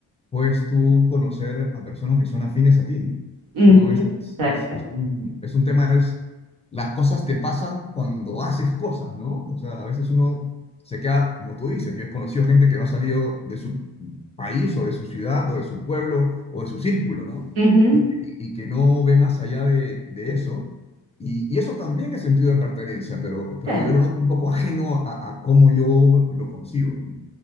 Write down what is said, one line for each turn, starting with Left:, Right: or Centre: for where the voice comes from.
Left: puedes tú conocer a personas que son afines a ti,
Right: ujú,
Left: ¿no? Es,
Right: exacto.
Left: es, es un, es un tema, es, las cosas te pasan cuando haces cosas, ¿no? O sea, a veces uno se queda, como tú dices, yo he conocido gente que no ha salido de su país o de su ciudad o de su pueblo o de su círculo, ¿no?
Right: Ujú,
Left: Y, y que no ve más allá de, de eso. Y, y eso también es sentido de pertenencia, pero, pero
Right: claro.
Left: yo lo noto un poco ajeno a, a cómo yo lo consigo, ¿no?